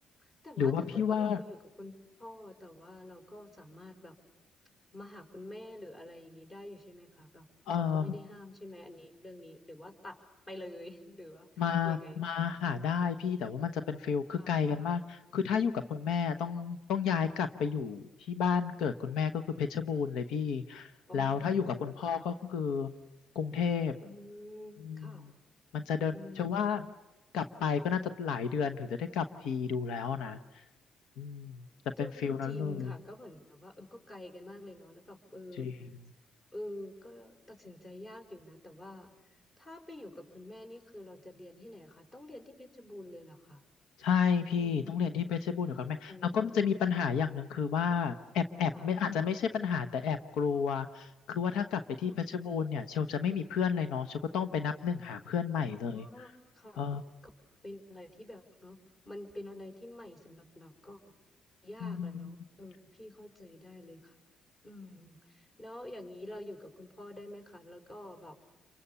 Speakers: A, on the left; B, on the left.
A: แต่ว่าถ้าเกิดว่าเราไปอยู่กับคุณพ่อแต่ว่าเราก็สามารถแบบ
B: หรือว่าพี่ว่า
A: มาหาคุณแม่หรืออะไรอย่างนี้ได้อยู่ใช่ไหมคะแบบเขาก็ไม่ได้ห้ามใช่ไหมอันนี้เรื่องนี้หรือว่าตัดไปเลย
B: เออ
A: <laughs> หรือว่ายังไง
B: มามาหาได้พี่แต่ว่ามันจะเป็นฟิลคือไกลกันมากคือถ้าอยู่กับคุณแม่ต้องต้องย้ายกลับไปอยู่ที่บ้านเกิดคุณแม่ก็คือเพชรบูรณ์เลยพี่
A: ค่ะอ๋อ
B: แล้วถ้าอยู่กับคุณพ่อก็คือ
A: ค่ะ
B: กรุงเทพ
A: อืมค่ะ
B: อืมมันจะเดินเชื่อว่า
A: อืม
B: กลับไปก็น่าจะหลายเดือนถึงจะได้กลับทีดูแล้วนะอืมจะเป็นฟิลนั้นเลย
A: ก็จริงค่ะก็เหมือนแบบว่าเออก็ไกลกันมากเลยเนาะแล้วแบบเออ
B: จริง
A: เออก็ตัดสินใจยากอยู่นะแต่ว่าถ้าไปอยู่กับคุณแม่นี่คือเราจะเรียนที่ไหนคะต้องเรียนที่เพชรบูรณ์เลยเหรอคะ
B: ใช่พี่ต้องเรียนที่เพชรบูรณ์อยู่กับแม่แล้วก็จะมีปัญหาอย่างหนึ่งคือว่าแอบแอบไม่อาจจะไม่ใช่ปัญหาแต่แอบกลัว
A: อืมอืมค่ะ
B: คือว่าถ้ากลับไปที่เพชรบูรณ์เนี่ยเชลจะไม่มีเพื่อนเลยเนาะเชลก็ต้องไปนับหนึ่งหาเพื่อนใหม่เลย
A: ค่ะ อ๋อค่ะเออก็เป็นอะไรที่แบบเนาะมันเป็นอะไรที่ใหม่สำหรับเราก็
B: เออ
A: ยากอะเนาะเออพี่เข้าใจได้เลยค่ะอืม
B: อืม
A: แล้วอย่างนี้เราอยู่กับคุณพ่อได้ไหมคะแล้วก็แบบ